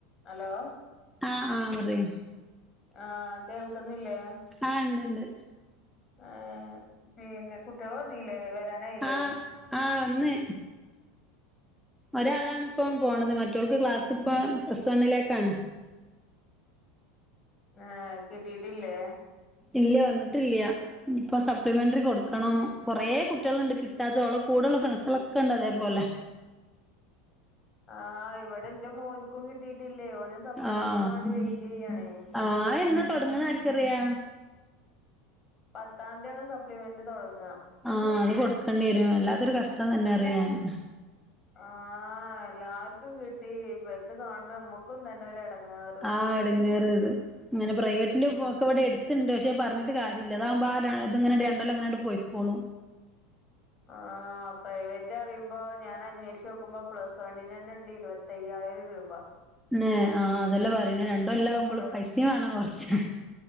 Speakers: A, on the left; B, in the centre.
A: Hello?
B: ആഹ് ആഹ് പറി
A: ആഹ് കേൾക്കുന്നില്ലേ?
B: ആഹ് ണ്ട് ണ്ട്
A: ആഹ് പിന്നെ കുട്ട്യൾ വന്നീല്ലേ വരാനായില്ലേ.
B: ആഹ് ആഹ് വന്ന് ഒരാളാണ് ഇപ്പം പോണത് മറ്റോൾക്ക്
A: ഉം
B: ക്ലാസ് ഇപ്പ പ്ലസ് വണ്ണിലേക്കാണ്.
A: ആഹ് കിട്ടിയിട്ടില്ലേ?
B: ഇല്ല വന്നിട്ടില്ല ഇപ്പൊ സപ്ലിമെന്ററി കൊടുക്കണം കൊറേ കുട്ടികളുണ്ട് കിട്ടാത്തോള കൂടെള്ള ഫ്രണ്ട്സകളൊക്കെ ണ്ട് അതേപോലെ
A: ആഹ് ഇവടെ ഇന്റെ മോൻക്കും കിട്ടിയിട്ടില്ലേ ഓന് സപ്ലിമെന്റിന്
B: ആഹ്
A: വേണ്ടി വെയിറ്റ് ചെയ്യാണേ
B: ആഹ് എന്നാ തൊടങ്ങ്ണേ ആര്ക്കറിയാ.
A: പത്താന്തിയാണ് സപ്ലിമെന്റ് തൊടങ്ങ.
B: ആഹ അത് കൊടുക്കേണ്ടി വരും അല്ലാത്തൊരു കഷ്ടം തന്നെ അറിയാഞൻ.
A: ആ എല്ലാർക്കും കിട്ടി ഇരുത് കാണുമ്പോ ഞമ്മക്കും തന്നെ ഒ അടങ്ങാറ്.
B: ആഹ് ഇടങ്ങേറ ഇത് അങ്ങനെ പ്രൈവറ്റില്
A: ഉം
B: ഒക്കെ ഇവിടെ എടുത്തുണ്ട് പക്ഷെ പറഞ്ഞിട്ട് കാര്യല്ലതാവുമ്പോ ഇങ്ങനട്ട് രണ്ട്ല്ലാംങ്ങനട്ട് പോയിക്കോളും
A: ആഹ് ആ പ്രൈവറ്റ് അിയുമ്പോ ഞാൻ അന്വേഷ നോക്കുമ്പോ പ്ലസ് വണ്ണി തന്നെ ഉണ്ട് ഇരുപത്തയ്യായിരം രൂപ.
B: നൊ ആ അതെല്ലാം പറയണേ രണ്ടും കൊല്ലാം ആകുമ്പോൾ
A: പ്ലസ്
B: പൈസയും വേണം കൊറച്ച്.